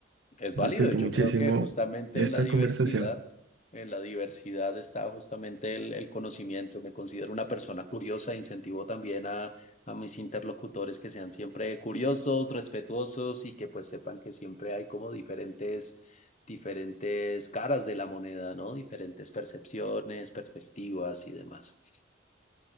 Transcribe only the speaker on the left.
Es válido,
yo
creo que justamente
en la diversidad,
en la diversidad está justamente el, el conocimiento. Me considero una persona curiosa, incentivo también a, a mis interlocutores que sean siempre curiosos, respetuosos y que pues sepan que siempre hay como diferentes, diferentes caras de la moneda, ¿no? Diferentes percepciones, perspectivas y demás.